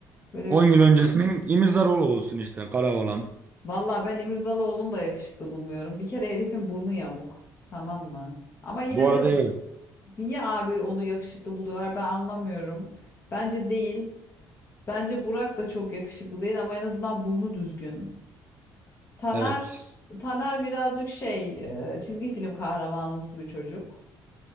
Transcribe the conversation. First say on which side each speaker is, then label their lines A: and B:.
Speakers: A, on the left (about 40°); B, on the right (about 25°).
A: Böyle
B: 10 yıl öncesinin İmirzaroğlu olsun işte Karaoğlan.
A: valla ben İmirzalıoğlu'nu da yakışıklı bulmuyorum. Bir kere herifin burnu yamuk. Tamam mı? Ama yine
B: Bu arada
A: de
B: evet.
A: niye abi onu yakışıklı buluyorlar ben anlamıyorum. Bence değil. Bence Burak da çok yakışıklı değil ama en azından burnu düzgün. Taner
B: Evet.
A: Taner birazcık şey e, çizgi film kahramanımsı bir çocuk.